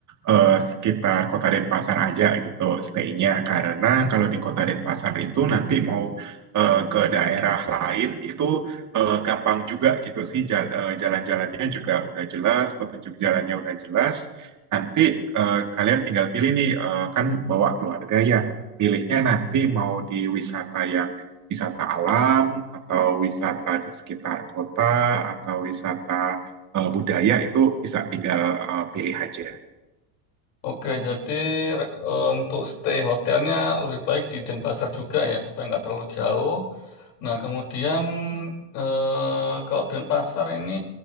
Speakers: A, on the right; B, on the left.
A: eh, sekitar Kota Denpasar aja gitu stay-nya. Karena kalau di Kota Denpasar itu nanti mau eh, ke daerah lain itu eh, gampang juga gitu sih Jal- eh, jalan-jalannya juga udah jelas, petunjuk jalannya udah jelas. Nanti eh, kalian tinggal pilih nih eh, kan bawa keluarga ya milihnya nanti mau di wisata yang wisata alam atau wisata di sekitar kota atau wisata eh, budaya itu bisa tinggal eh, pilih aja.
B: Oke, jadi eh, untuk stay hotelnya lebih baik di Denpasar juga ya, supaya nggak terlalu jauh. Nah, kemudian eh, kalau Denpasar ini